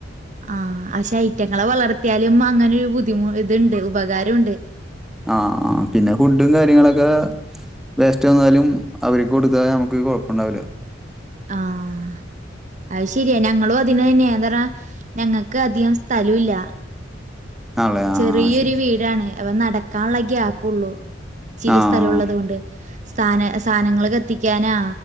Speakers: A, on the right (about 40°); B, in the centre.
A: ആഹ് ആ ശൈത്ത്യങ്ങളെ വളർത്തിയാലും അങ്ങനെരു ബുദ്ധിമു ഇതുണ്ട് ഉപകാരൊണ്ട്
B: ആഹ് ആഹ് പിന്നെ ഫുഡും കാര്യങ്ങളൊക്കെ വേസ്റ്റ് വന്നാലും അവര് കൊടുത്താ നമുക്ക് കൊഴപ്പുണ്ടാവില്ല
A: ആഹ് അത് ശരിയാ ഞങ്ങളും അതിന് തന്നെയാ എന്താണ് ഞങ്ങൾക്ക് അധികം സ്ഥലം ഇല്ല
B: ആണല്ലേ ആ
A: ചെറിയൊരു
B: ശരി
A: വീടാണ് അവൻ നടക്കാനുള്ള ഗ്യാപ്പുള്ളൂ ഇച്ചിരി
B: ആഹ്
A: സ്ഥലം ഉള്ളത് കൊണ്ട് സ്ഥാന സാധനങ്ങൾ കത്തിക്കാനാ